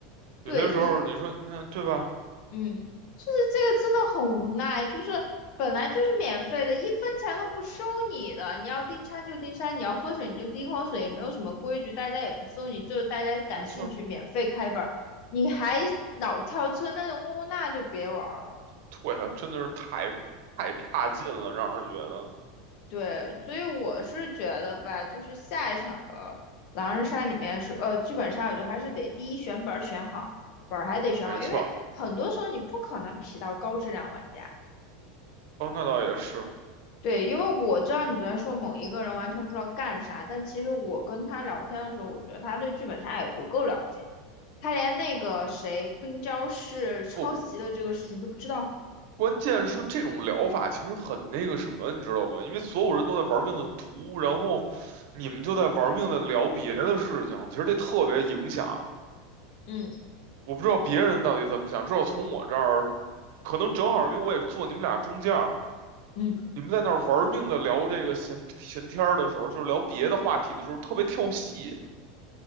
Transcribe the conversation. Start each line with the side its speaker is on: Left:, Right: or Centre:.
Right: 有些时候你说，
Left: 对，
Right: 嗯，对吧？
Left: 嗯，就是这个真的很无奈，就是本来就是免费的，一分钱都不收你的，你要订餐就订餐，你要喝水你就订口水，也没有什么规矩，大家也不收你，就是大家感兴趣免费开本儿，
Right: 没错儿，
Left: 你还老跳车那种呜呜那就别玩儿了。
Right: 对呀，真的是太太差劲了，让人觉得
Left: 对，所以我是觉得吧，就是下一场的狼人杀里面是呃剧本杀，我觉得还是得第一选本儿选好，本儿还得选好，
Right: 没错儿。
Left: 因为很多时候你不可能匹到高质量玩家。
Right: 哦，那倒也是。
Left: 对，因为我知道你昨天说某一个人完全不知道干啥，但其实我跟他聊天的时候，我觉得他对剧本杀也不够了解，他连那个谁冰娇是抄袭的这个事情都不知道。
Right: 不，关键是这种疗法其实很那个什么，你知道吗？因为所有人都在玩命的读，然后你们就在玩命的聊别的事情，其实这特别影响。
Left: 嗯
Right: 我不知道别人到底怎么想，至少从我这儿，可能正好因为我也坐你们俩中间儿，
Left: 嗯
Right: 你们在那儿玩命的聊这个闲闲天儿的时候，就是聊别的话题的时候，特别跳戏，